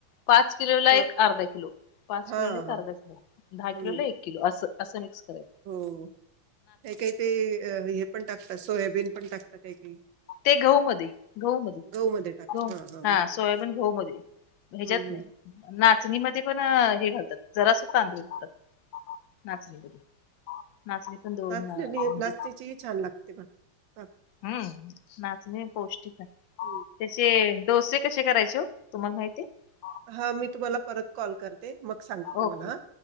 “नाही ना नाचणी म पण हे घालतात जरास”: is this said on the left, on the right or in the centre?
Left